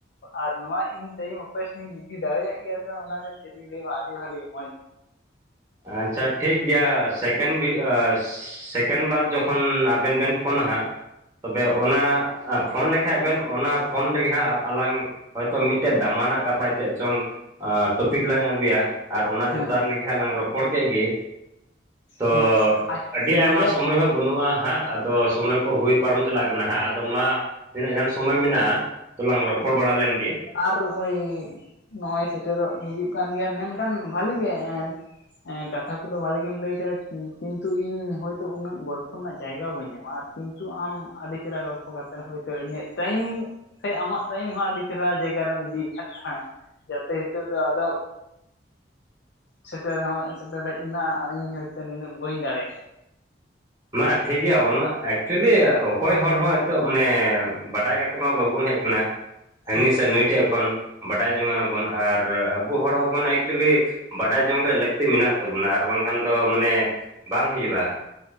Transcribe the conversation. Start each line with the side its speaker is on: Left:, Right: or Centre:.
Left: ᱟᱨ ᱱᱚᱣᱟ ᱤᱧ ᱴᱟᱭᱤᱢ ᱚᱠᱚᱭ ᱥᱟᱜᱤᱧ ᱤᱫᱤ ᱫᱟᱲᱮᱭᱟᱜ ᱜᱮᱭᱟ ᱥᱮ ᱚᱱᱟ ᱫᱚ ᱪᱮᱫ ᱤᱧ ᱞᱟᱹᱭᱢᱟ ᱟᱹᱰᱤ ᱵᱷᱟᱹᱜᱞᱤ ᱢᱚᱸᱡ
Right: ᱟᱪᱪᱷᱟ ᱴᱷᱤᱠ ᱜᱮᱭᱟ ᱥᱮᱠᱮᱱᱰ ᱟᱸ ᱵᱷᱤᱥ ᱥᱮᱠᱮᱱᱰ ᱵᱟᱨ ᱡᱚᱠᱷᱚᱱ ᱟᱵᱮᱱ ᱵᱮᱱ ᱯᱷᱳᱱᱟ ᱦᱟᱸᱜ, ᱛᱚᱵᱮ ᱚᱱᱟ ᱯᱷᱳᱱ ᱞᱮᱠᱷᱟᱡ ᱵᱮᱱ ᱚᱱᱟ ᱯᱷᱳᱱ ᱨᱮᱜᱮ ᱦᱟᱸᱜ ᱟᱞᱟᱝ ᱦᱚᱭᱛᱳ ᱢᱤᱫᱴᱮᱡ ᱫᱟᱢᱟᱱᱟᱜ ᱠᱟᱛᱷᱟ ᱪᱮᱫ ᱪᱚᱝ ᱟ ᱴᱚᱯᱤᱠ ᱞᱟᱝ ᱟᱹᱜᱩᱭᱟ ᱟᱨ ᱚᱱᱟ
Left: ᱦᱮᱸ
Right: ᱪᱮᱛᱟᱱ ᱨᱮᱜᱮ ᱦᱟᱸᱜ ᱞᱟᱝ ᱨᱚᱯᱚᱲ ᱠᱮᱫ ᱜᱮ, ᱛᱚ
Left: ᱦᱮᱸ
Right: ᱟᱹᱰᱤ
Left: ᱱᱚᱰᱮ
Right: ᱟᱭᱢᱟ ᱥᱚᱢᱚᱭ ᱦᱚᱸ ᱵᱟᱹᱱᱩᱜᱼᱟ ᱦᱟᱸᱜ ᱟᱫᱚ ᱥᱚᱢᱚᱭ ᱠᱚ ᱦᱩᱭ ᱯᱟᱨᱚᱢ ᱪᱟᱞᱟᱜ ᱠᱟᱱᱟ ᱦᱟᱸᱜ, ᱟᱫᱚ ᱢᱟ ᱛᱤᱱᱟᱹᱜ ᱜᱟᱱ ᱥᱚᱢᱚᱭ ᱢᱮᱱᱟᱜᱼᱟ ᱛᱚᱞᱟᱝ ᱨᱚᱯᱚᱲ ᱵᱟᱲᱟ ᱞᱮᱱᱜᱮ᱾
Left: ᱟᱨ ᱳᱭ ᱱᱚᱜᱼᱚᱭ ᱥᱮᱴᱮᱨᱚᱜ ᱦᱤᱡᱩᱜ ᱠᱟᱱ ᱜᱮᱭᱟ ᱢᱮᱱᱠᱷᱟᱱ ᱵᱷᱟᱞᱮ ᱜᱮ ᱮᱱ ᱠᱟᱛᱷᱟ ᱠᱚᱫᱚ ᱵᱷᱟᱞᱮ ᱜᱮᱢ ᱞᱟᱹᱭ ᱠᱮᱫᱟ ᱠᱤᱱᱛᱩ ᱤᱧ ᱦᱚᱭᱛᱚ ᱩᱱᱟᱹᱜ ᱜᱚᱞᱯᱷᱚ ᱨᱮᱱᱟᱜ ᱡᱟᱭᱜᱟ ᱵᱟᱹᱧ ᱧᱟᱢᱟ, ᱟᱨ ᱠᱤᱱᱛᱩ ᱟᱢ ᱟᱹᱰᱤ ᱪᱮᱦᱮᱨᱟ ᱜᱚᱞᱯᱚ ᱠᱟᱛᱮᱫ ᱦᱚᱭᱛᱳ ᱤᱧᱟᱹᱜ ᱴᱟᱭᱤᱢ ᱥᱮ ᱟᱢᱟᱜ ᱴᱟᱭᱤᱢ ᱦᱚᱸ ᱟᱹᱰᱤ ᱪᱮᱨᱦᱟ ᱡᱟᱭᱜᱟ ᱨᱮᱢ ᱤᱫᱤᱭ ᱠᱷᱟᱫ ᱛᱟᱞᱟᱝᱼᱟ᱾ ᱡᱟᱛᱮ ᱦᱤᱛᱚᱜ ᱫᱚ ᱟᱫᱚ ᱥᱮᱴᱮᱨ ᱦᱚᱸ ᱥᱮᱴᱮᱨ ᱦᱮᱡ ᱱᱟ ᱤᱧ ᱦᱚᱭᱛᱳ ᱱᱤᱱᱟᱹᱜ ᱵᱟᱹᱧ ᱫᱟᱲᱮᱭᱟᱜ
Right: ᱢᱟ ᱴᱷᱤᱠ ᱜᱮᱭᱟ ᱚᱱᱟ ᱮᱠᱪᱩᱭᱮᱞᱤ ᱚᱠᱚᱭ ᱦᱚᱲ ᱦᱚᱸ ᱮᱛᱚᱳᱜ ᱢᱟᱱᱮ ᱵᱟᱰᱟᱭ ᱠᱟᱛᱮ ᱢᱟ ᱵᱟᱵᱚᱱ ᱦᱮᱡ ᱠᱟᱱᱟ ᱦᱟᱹᱱᱤ
Left: ᱦᱮᱸ
Right: ᱥᱮ ᱱᱩᱭ ᱴᱷᱮᱡ ᱠᱷᱚᱱ ᱵᱟᱰᱟᱭ ᱡᱚᱝᱟᱱᱟᱵᱚᱱ ᱟᱨ ᱟᱵᱚ ᱦᱚᱲ ᱦᱚᱯᱚᱱ ᱮᱠᱪᱩᱭᱮᱞᱤ ᱵᱟᱰᱟᱭ ᱡᱚᱝ ᱨᱮᱭᱟᱜ ᱞᱟᱹᱠᱛᱤ ᱢᱮᱱᱟᱜ ᱛᱟᱵᱚᱱᱟ ᱟᱨ ᱵᱟᱝᱠᱷᱟᱱ ᱫᱚ ᱢᱟᱱᱮ ᱵᱟᱝ ᱦᱩᱭᱩᱜᱼᱟ᱾